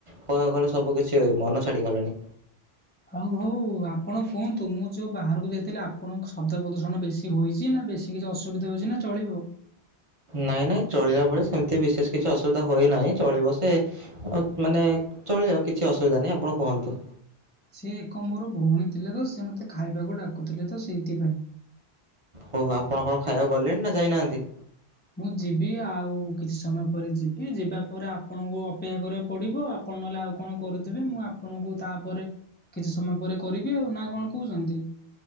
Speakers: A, on the right (about 35°); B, on the left (about 15°).
A: କଣ କହିଲୁ ସବୁ କିଛି ମନ ଛାଡିଗଲାଣି।
B: ହଉ ହଉ ଆପଣ କୁହନ୍ତୁ ମୁଁ ଯୋଉ ବାହାରକୁ ଯାଇଥିଲି ଆପଣଙ୍କୁ ଶବ୍ଦ ପ୍ରଦୂଷଣ ବେଶୀ ଏମିତି ହୋଇଇଚି ନା ବେଶୀ କିଛି ଅସୁବିଧା ହଉଚି ନା ଚଳିବ?
A: ନାଇଁ ନାଇଁ ଚଳିଲା ଭଲି ସେମିତି ବିଶେଷ କିଛି ଅସୁବିଧା ହୋଇନାହିଁ ଚଳିବ ସେ ମାନେ ଚଳିବ କିଛି ଅସୁବିଧା ନାହିଁ ଆପଣ କୁହନ୍ତୁ।
B: ସେ ଏକ ମୋର ଭଉଣୀ ଥିଲେ ତ ସେ ମତେ ଖାଇବାକୁ ଡାକୁଥିଲେ ତ ସେଇଥିପାଇଁ।
A: ହୋଉ ଆପଣ କଣ ଖାଇବାକୁ ଗଲେଣି ନା ଯାଇନାହାନ୍ତି?
B: ମୁଁ ଯିବି ଆଉ କିଛି ସମୟ ପରେ ଯିବି ଯିବା ପରେ ଆପଣଙ୍କୁ ଅପେକ୍ଷା କରିବାକୁ ପଡିବ। ଆପଣ ନହେଲେ ଆଉ କଣ କରୁଥିବେ ମୁଁ ଆପଣଙ୍କୁ ତାପରେ କିଛି ସମୟ ପରେ କରିବି ଆଉ ନା କଣ କହୁଛନ୍ତି?